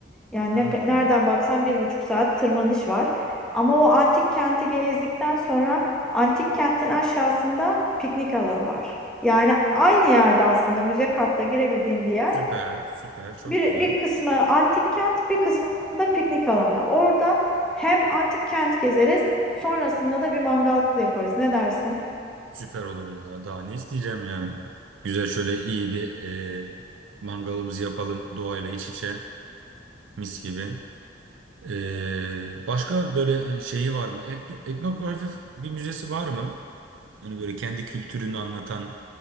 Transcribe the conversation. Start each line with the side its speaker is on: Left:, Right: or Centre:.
Centre: Yani
Right: Hmm.
Centre: ne- nereden baksan bir buçuk saat tırmanış var. Ama o antik kenti gezdikten sonra antik kentin aşağısında piknik alanı var. Yani aynı yerde aslında müze kartla girebildiğim bir yer.
Right: Süper, süper. Çok
Centre: Bir,
Right: güzel.
Centre: bir kısmı antik kent, bir kısmı da piknik alanı. Orada hem antik kent gezeriz, sonrasında da bir mangal yaparız. Ne dersin?
Right: Süper olur ya. Daha ne isteyeceğim ya. Güzel şöyle iyi bir e, mangalımızı yapalım. Doğayla iç içe. Mis gibi. E, başka böyle hani şeyi var mı? Ekno, etnografi bir müzesi var mı? Hani böyle kendi kültürünü anlatan